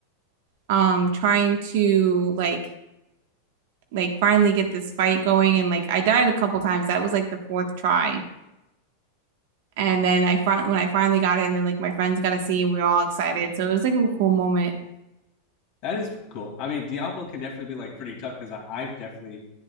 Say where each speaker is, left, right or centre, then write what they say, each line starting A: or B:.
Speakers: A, on the right; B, on the left.
A: um trying to like like finally get this fight going and like I died a couple times. That was like the fourth try. And then I fin when I finally got it, and then like my friends got to see, and we were all excited. So it was like a cool moment.
B: that is cool. I mean, Diablo can definitely be like pretty tough because I've definitely